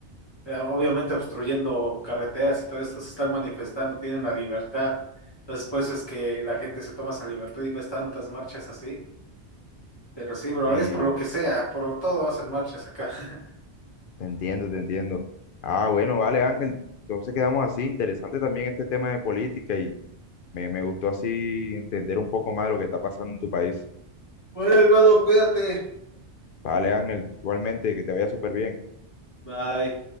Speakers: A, on the left; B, on the left.
A: Eh, obviamente obstruyendo carreteras y todo eso se están manifestando, tienen la libertad. Entonces, por eso es que la gente se toma esa libertad y ves tantas marchas así. Pero sí, bro,
B: Sí,
A: es por lo que sea, por todo hacen marchas acá. <laughs>
B: te entiendo, te entiendo. Ah, bueno, vale, Ángel. Entonces quedamos así. Interesante también este tema de política y me, me gustó así entender un poco más de lo que está pasando en tu país.
A: Bueno, hermano, cuídate.
B: Vale, Ángel. Igualmente, que te vaya súper bien.
A: Bye.